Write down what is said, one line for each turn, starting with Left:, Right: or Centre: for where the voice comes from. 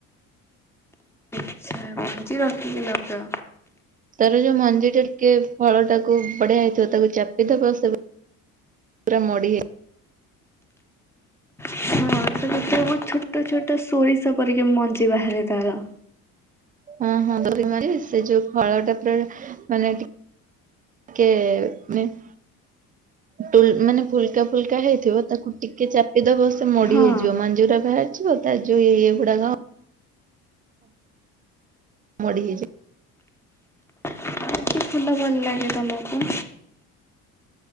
Centre: ଆଛ ମଞ୍ଜି ରଖିକି ଲାଗଅ।
Right: ତାର ଯଉ ମଞ୍ଜି ଟା ଟିକେ ଫଳ ଟାକୁ ଖୁବ୍ ବଢିଆ ହେଇଥିବ ତାକୁ ଚାପିଦବ ସେ ପୁ ପୁରା ମଡିି ହେଇ
Centre: ହଁ ତା ଭିତରୁ ବହୁତ ଛୋଟ ଛୋଟ ସୋରିଷ ପରିକା ମଞ୍ଜି ବାହାରେ ତାର।
Right: ହଁ ହଁ ଦରି ମାରି ସେ ଯଉ ଫଳ ଟା ପୁରା ମାନେ ଟି କେ <inaudible> ଟୁଲ୍ ମାନେ ଫୁଲକା ଫୁଲକା ହେଇଥିବ ତାକୁ ଟିକେ ଚାପି ଦବ ମୋଡି
Centre: ହଁ
Right: ହେଇଯିବ ମଞ୍ଜିଗୁରା ବାହାରି ଯିବ ତା ଯଉ ଇଏ ଗୁଡାକ ମୋଡି ହେଇଚି
Centre: ଆଉ ଫୁଲ ଭଲ ଲାଗେ ତମକୁ